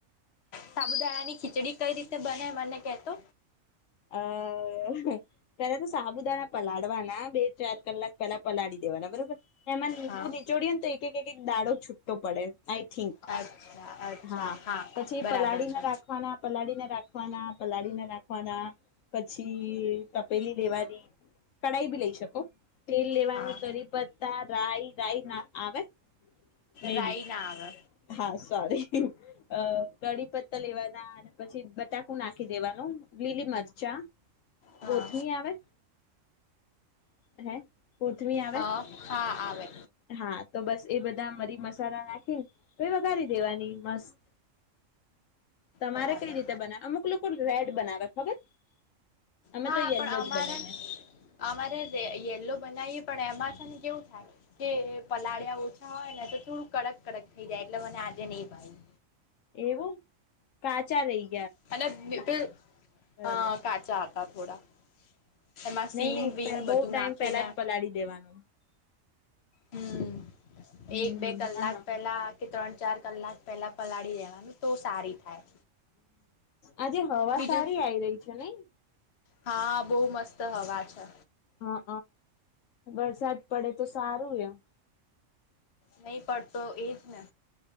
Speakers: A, on the left; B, on the left.
A: સાબુદાણા ની ખીચડી કઈ રીતે બને મને કતો.
B: હ ત્યારે તો સાહબુદા ના પલાડવાના બે ચાર કલાક પેલા પલાળી દેવાના બરોબર ના મ
A: હા
B: બું જોડડીયંત તો એક એક એક દાડો છૂટો પડે. આઈ થિંક
A: અચ્છા અચ્છા
B: હા પછી
A: બરાબર
B: પલાળીને
A: છે
B: રાખવાના પલાળીને રાખવાના પલાળી ના નાખવાના પછી તપેલી લેવાની કઢાઈ બી લઈ શકો તેલ લેવાનું
A: હા
B: કરી પત્તા રાય રાય ના આવે મે
A: રાઈ
B: બી
A: ના આવે
B: હા, સોરી અ કઢી પત્તા લેવાના અને પછી બટા નાખી દેવાનું, લીલી મરચાં,
A: હા
B: કોથમી આવે હે, કોથમી આવે
A: હા હા આવે
B: હા, તો બસ એ બધા મરી મસાલા નાખીને કરી દેવાની મસ્ત તમારે
A: બરાબર
B: કઈ રીતે બનાવે, અમુક લોકો રેડ બનાવે ખબર અમે
A: હા
B: તો યેલ્લો
A: પણ અમારે
B: જ બનાઈએ
A: અમારે યલો બનાવીએ પણ એમાં છે કેવું થાય કે પલાળિયા ઓછા હોય ને તો થોડું કડક, કડક થઈ જાય એટલે મને આજે નઈ ભાયુ
B: એવું કાચા રઈ
A: અને <unintelligible> હ
B: બરાબર
A: કાચા <unintelligible>
B: નહી
A: સીંગ
B: નહી
A: વીંગ
B: પે બહુ
A: બધું
B: ટાઈમ
A: નાખીને
B: પેલા જ પલાળી દેવાનો
A: હમ્મ.
B: હમ
A: એક બે કલાક
B: ના ના
A: પેલા કે ત્રણ ચાર કલાક પહેલા પલાળી દેવાનું તો સારી થાય
B: આજે હવા
A: બીજું
B: સારી આવી રહી છે નઈ
A: હા બહુ મસ્ત ત હવા છે.
B: હા વરસાદ પડે તો સારું <unintelligible>
A: નહી પડતો એજ ને